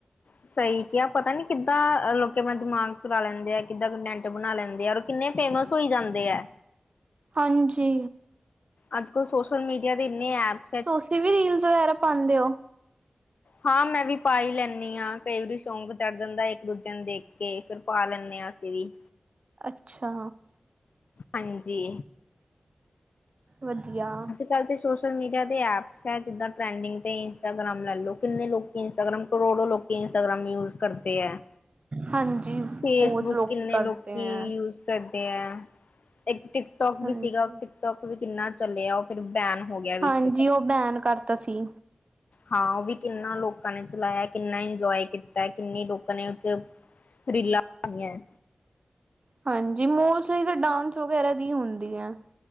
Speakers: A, on the left; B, on the right.
A: ਸਹੀ ਕਿਹਾ ਪਤਾ ਨੀ ਕਿੱਦਾ ਲੋਕੀ ਆਪਣਾ ਦਿਮਾਗ ਚਲਾ ਲੈਂਦੇ ਆ ਕਿੱਦਾਂ ਕੰਟੈਂਟ ਬਣਾ ਲੈਂਦੇ ਔਰ ਕਿੰਨੇ ਫੇਮਸ ਹੋਈ ਜਾਂਦੇ ਹੈ।
B: ਹਾਂਜੀ।
A: ਅੱਜ ਕੱਲ ਸੋਸ਼ਲ ਮੀਡੀਆ ਦੇ ਇੰਨੇ ਐਪ
B: ਤੁਸੀਂ ਵੀ ਰੀਲਸ ਵਗੈਰਾ ਪਾਉਂਦੇ ਹੋ?
A: ਹਾਂ ਮੈਂ ਵੀ ਪਾ ਹੀ ਲੈਂਦੀ ਹਾਂ ਕਈ ਵਾਰੀ ਸ਼ੌਂਕ ਚੜ ਜਾਂਦਾ ਇੱਕ ਦੂਜੇ ਨੂੰ ਦੇਖ ਕੇ। ਫਿਰ ਪਾ ਲੈਨੇ ਹਾ ਅਸੀ ਵੀ।
B: ਅੱਛਾ
A: ਹਾਂਜੀ
B: ਵਧੀਆ।
A: ਕੱਲ ਤੇ ਸੋਸ਼ਲ ਮੀਡੀਆ ਦੇ ਐਪਸ ਹੈ ਜਿੱਦਾਂ ਟਰੈਂਡਿੰਗ ਤੇ ਇੰਸਟਾਗ੍ਰਾਮ ਲੈ ਲਓ ਕਿੰਨੇ ਲੋਕ ਇੰਸਟਾਗ੍ਰਾਮ ਕਰੋੜੋ ਲੋਕ ਇੰਸਟਾਗ੍ਰਾਮ ਯੂਜ ਕਰਦੇ ਹੈ।
B: ਹਾਂਜੀ,
A: ਫੇਸਬੁੱਕ
B: ਬਹੁਤ ਲੋਕੀ
A: ਕਿੰਨੇ
B: ਕਰਦੇ
A: ਲੋਕੀ
B: ਹੈ।
A: ਯੂਜ ਕਰਦੇ ਹੈ ਇੱਕ ਟਿਕਟੋਕ ਵੀ
B: ਹਾਂਜੀ।
A: ਸੀਗਾ ਟਿਕਟੋਕ ਵੀ ਕਿੰਨਾ ਚੱਲਿਆ। ਫੇਰ ਬੈਨ ਹੋ ਗਿਆ। ਵਿੱਚ
B: ਹਾਂਜੀ ਉਹ ਬੈਨ ਕਰਤਾ ਸੀ।
A: ਹਾਂ, ਉਹ ਵੀ ਕਿੰਨਾ ਲੋਕਾਂ ਨੇ ਚਲਾਇਆ, ਕਿੰਨਾ ਇੰਜੋਏ ਕੀਤਾ, ਕਿੰਨੇ ਲੋਕਾਂ ਨੇ ਉਹ ਰੀਲਾਾਂ ਪਾਈਆਂ।
B: ਹਾਂਜੀ, ਮੋਸਟਲੀ ਤਾਂ ਡਾਂਸ ਵਗੈਰਾ ਦੀ ਹੁੰਦੀ ਹੈ।